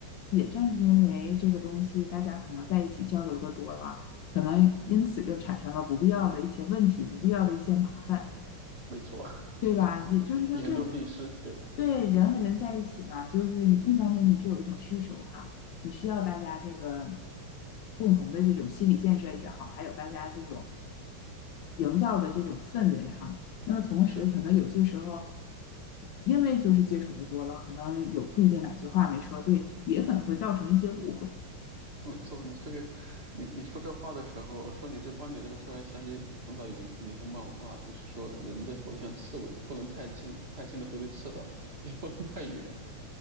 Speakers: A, on the left; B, on the right.
A: 也正是因为这个东西，大家可能在一起交流的多了，可能因此又产生了不必要的一些问题，不必要的一些麻烦，
B: 没错，
A: 对吧？
B: <laughs>
A: 也就是说这，
B: 言言多必失，对，
A: 对人和人在一起嘛，就是你一方面你是有一种需求哈，你需要大家这个
B: <laughs>
A: 共同的这种心理建设也好，还有大家这种营造的这种氛围哈。那么同时，
B: 是。
A: 可能有些时候，因为就是接触的多了，可能有不一定哪句话没说对，也可能会造成一些误会。
B: <laughs> 没错，你这个，你你说这话的时候，说你这观点的时候，突然想起很早以前看的一幅漫画，就是说人得活得像刺猬，不能太近，太近的会被刺到，<laughs> 也不能太远。